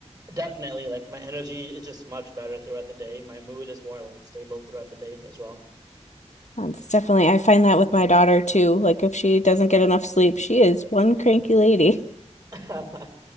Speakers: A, on the right; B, on the left.
A: definitely. Like my energy is just much better throughout the day. My mood is more like stable throughout the day as well.
B: That's definitely, I find that with my daughter too. Like if she doesn't get enough sleep, she is one cranky lady.
A: <laughs>